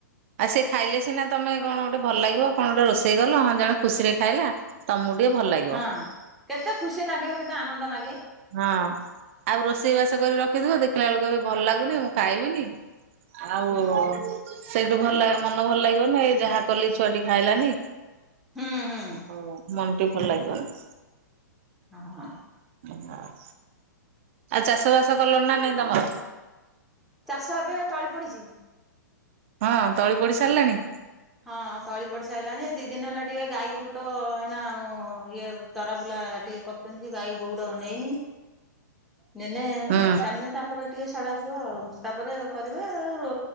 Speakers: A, on the right (about 45°); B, in the centre.
A: ଆଉ ସେ ଖାଇଲେ ସିନା ତମେ କଣ ଗୋଟେ ଭଲ ଲାଗିବ କଣ ଗୋଟେ ରୋଷେଇ କଲ ହଁ ଜଣେ ଖୁସିରେ ଖାଇଲା। ତମକୁ ଟିକେ ଭଲ ଲାଗିବ।
B: ହଁ। କେତେ ଖୁସି ନାଗିବ କେତେ ଆନନ୍ଦ ନାଗ୍
A: ହଁ ଆଉ ରୋଷେଇ ବାସ କରି ର ଖିଥିବ ଦେଖିଲା ବେଳକୁ କଇବେ ଭଲ ଲାଗୁନି ମୁଁ ଖାଇବିନି। ଆଉ
B: ହୁଁ
A: ସେଇଠୁ ଭଲା ମନ ଭଲ ଲାଗିବନି ଯାହା କଲି ଛୁଆଟି ଖାଇଲାନି।
B: ହୁଁ ହୁଁ
A: ଓ ମନ ଟି ଭଲ ଲାଗିବନି।
B: ହଁ।
A: ଆଉ ଚାଷ ବାସ କଲଣି ନା ନାଇଁ ତମର?
B: ଚାଷ ଏବେ ତଳି ପଡିଚି।
A: ହଁ ତଳି ପଡି ସାରିଲାଣି?
B: ହଁ ତଳି ପଡିସାଇଲାଣି ଦି ଦିନ ହେଲା ଟିକେ ଗାଈଗୋରୁ ତ ଏଇନା ଆଉ ଇଏ ଚରା ବୁଲା ଟିକେ କରିଚନ୍ତି ଗାଈ ଗଉଡ ନେଇନି ନେଇନି ନେନେ
A: ହୁଁ
B: ଛାନେ ତାପରେ ଟିକେ ଛାଡ଼ାଯିବ ଆଉ ତାପରେ କରିବେ ଆ ରୋ